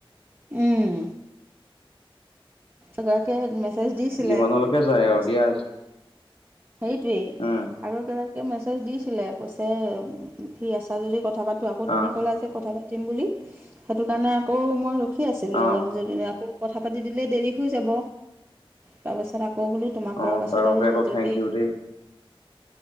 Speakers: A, on the right; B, on the left.
A: উম। এগৰাকীয়ে হে মেছেজ দিছিলে,
B: যিমানলৈকে যায়
A: তাৰপিছত
B: আৰু দিয়া আজি
A: সেইটোৱেই
B: উম
A: আৰু এ গৰাকীয়ে মেছেজ দিছিলে কৈছে ফ্ৰী আছা যদি কথা পাতো, আকৌ তুমি
B: অ
A: ক'লা যে কথা পাতিম বুলি সেইটো কাৰণে আকৌ মই ৰখি আছিলোঁ
B: অ
A: আৰু যদি আকৌ কথা পাতি দিলে দেৰি হৈ যাব। তাৰপাছত আ আকৌ বোলো তোমাক
B: অ
A: কৰাৰ পাছত
B: তাৰ বাবে
A: আৰু
B: আকৌ
A: যদি
B: থেংক ইউ দেই